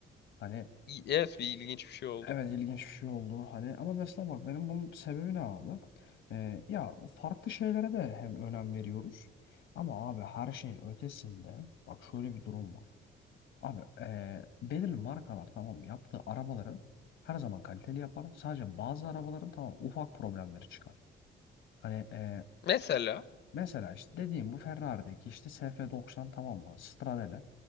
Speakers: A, on the left; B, on the left.
A: Hani
B: Yes, bir ilginç bir şey oldu.
A: evet ilginç bir şey oldu hani ama mesela bak benim bunun sebebi ne abi? E, ya farklı şeylere de hem önem veriyoruz. Ama abi her şeyin ötesinde bak şöyle bir durum var. Abi eee, belirli markalar tamam yaptığı arabaları her zaman kaliteli yapar. Sadece bazı arabaların tamam ufak problemleri çıkar. Hani eee,
B: Mesela
A: mesela işte dediğim bu Ferrari'deki işte SF90 tamam mı? Stradale.